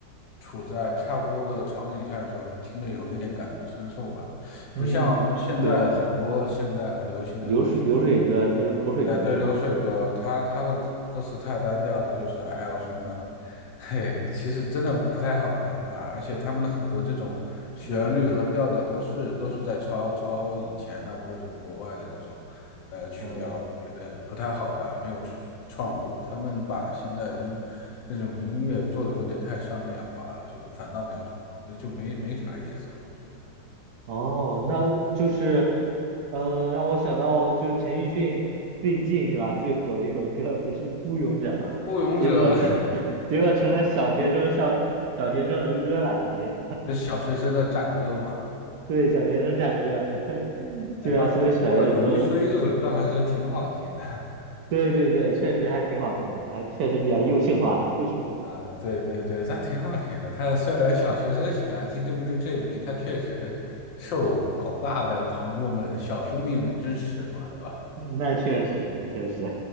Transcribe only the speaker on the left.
处在差不多的场景下的时候，你听着有一点感同身受吧，
不像现在很多现在流行的歌曲。
哎，对，
流水歌，他他的歌词太单调了，就是哎呀什么，
嘿，其实真的不太好听吧。而且他们的很多这种旋律和调调都是都是在抄抄以前的或者国外的这种呃曲调，
我觉得不太好吧，没有创创作。他们把现在的音这种音乐做的有点太商业化了，就反倒没有什么，不就没没啥意思了，我觉得。
《孤勇者》<laughs>
是小学生的战歌嘛。
哎，不，不过有一说一，这首歌还是挺好听的。<laughs>
啊、对对对，它挺好听的。它虽然小学生喜欢听，这不就证明它确实受广大的朋友们、小兄弟们支持嘛，对吧？